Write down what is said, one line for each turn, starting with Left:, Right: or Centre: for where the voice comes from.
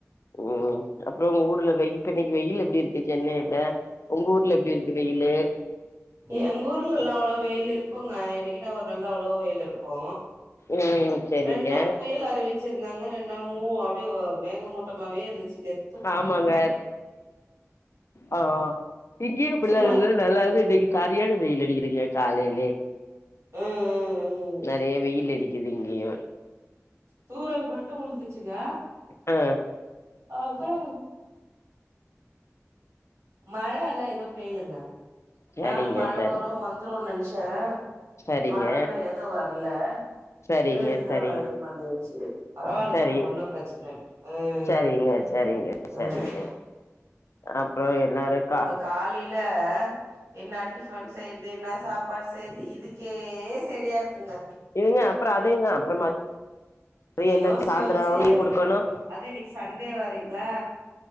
Left: ம் அப்புறம் உங்க ஊர்ல வெயில் இப்ப இன்னைக்கு வெயில் எப்டி இருக்கு சென்னையில உங்க ஊர்ல எப்டி இருக்கு வெயில்லு
Right: எங்க ஊர்ல எல்லா அவ்ளோ வெயில் இருக்குங்க என்னைக்குன்னா ஒரு நாள்தா அவ்ளோ வெயில் இருக்கு
Left: ம் சரிங்க
Right: ரெண் நாள் புயல் அறிவிச்சு ச்சிருந்தாங்க ரெண்டு நாள் மூ அப்டியே மேகமூட்டமாவே இருந்துச்சு நேத்
Left: ஆமாங்க ஆ ஆ இங்கேயு அப்டித்தா
Right: சும்மா
Left: இருக்கு நல்லாது இன்னைக்கு சர்யான வெயில் அடிக்குதுங்க காலையிலே
Right: ம் ம் ம்
Left: நெறைய வெயில் அடிக் குது இங்கய
Right: தூறல் மட்டு உழுந்துச்சுங்க
Left: ஆ
Right: அ அப்றோ மழை எல்லாம் தும் பெய்யலுங்க
Left: சரிங்க
Right: நானும் மழ
Left: சரி
Right: வரு வந்துரும் நினச்சேன்
Left: சரிங்க
Right: மழைல்லா எதூம் வர்ல
Left: சரிங்க
Right: வெறும் இதுதான்
Left: சரிங்க
Right: இது பண்ணன்னுச்சேரி பரவாயில்லைங்க
Left: சரி
Right: ஒன்னும் பிரச்சனை இல்ல ம்
Left: சரிங்க சரிங்க சரிங்க
Right: ம்
Left: அப்றோ எல்லாரும்க்கா
Right: காலைல என்ன டிஃபன் செய்யறது என்ன சாப் ப்பாடு செய்றது இதுக்கே சரியா இருக்குங்க
Left: இதுங்க அப்புறம் அதே தான் அப்புறம்மா
Right: இத
Left: என்னாச்சி
Right: யோசிச்சு
Left: சாந்தரம்
Right: யோசிச்சு
Left: அவளும் டீ குடுக்கணும்
Right: ரொம்ப அது இன்னைக்கு சண்டே வரீங்களா